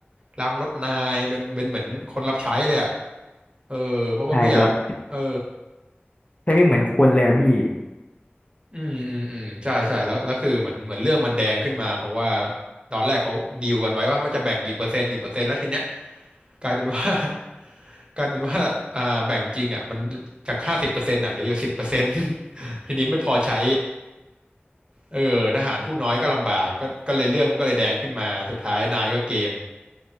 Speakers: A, on the right (about 25°); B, on the left (about 35°).
A: ล้างรถนายเป็นเป็นเหมือนคนรับใช้เลยอ่ะเออเพราะว่าไม่อยากเออ
B: ใช่คือแบบใช่ไม่เหมือนคนเลยอะพี่
A: อืมอืมอืมใช่ใช่แล้วแล้วคือเหมือนเหมือนเรื่องมันแดงขึ้นมาเพราะว่าตอนแรกเขาดีลกันไว้ว่าว่าจะแบ่งกี่เปอร์เซ็นต์กี่เปอร์เซ็นต์แล้วทีเนี้ยกลายเป็นว่า <laughs> กลายเป็นว่าอ่าแบ่งจริงอ่ะมันจากห้าสิบเปอร์เซ็นต์อ่ะเหลืออยู่สิบเปอร์เซ็นต์ <laughs> ทีนี้ไม่พอใช้เออทหารผู้น้อยก็ลำบากก็ก็เลยเรื่องมันก็เลยแดงขึ้นมาสุดท้ายนายก็เกม